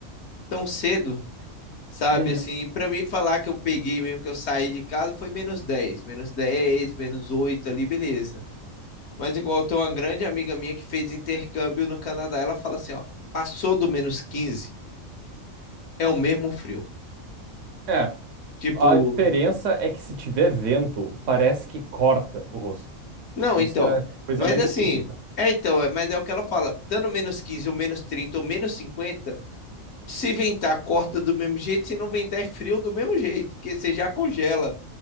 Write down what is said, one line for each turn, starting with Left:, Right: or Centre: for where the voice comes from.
Left: tão cedo, sabe?
Right: Uhum.
Left: Assim, pra mim falar que eu peguei mesmo, que eu saí de casa, foi menos 10, menos 10, menos 8 ali, beleza. Mas igual eu tenho uma grande amiga minha que fez intercâmbio no Canadá, ela fala assim, ó, passou do menos 15, é o mesmo frio.
Right: É,
Left: Tipo,
Right: a diferença é que se tiver vento, parece que corta o rosto.
Left: não,
Right: Isso
Left: então,
Right: era a coisa
Left: mas
Right: mais
Left: assim,
Right: esquisita.
Left: é então, é- mas é o que ela fala, dando menos 15, ou menos 30, ou menos 50, se ventar, corta do mesmo jeito, se não ventar, é frio do mesmo jeito, porque você já congela.